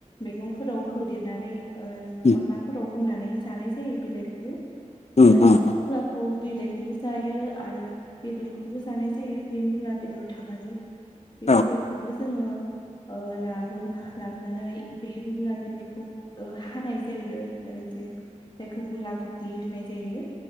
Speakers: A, on the left; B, on the left.
A: मैगंफोराव होदेरनानै ओ
B: उम
A: अनलाफोराव होनानै जानाय जायो बिलाइखौबो। बेबायदिनो
B: उम उम
A: मुलाखौ बिलाइखौबो जायो आरो बेदरखौबो जानाय जायो बे मुला बेदर <unintelligible> बि
B: औ
A: बेदरखौबौ जोङो अ लाबो लाबोनानै बे मुला बेदर खौ ओ हानाय जायो ओ जे जायखौ मुला गुति होननाय जायो।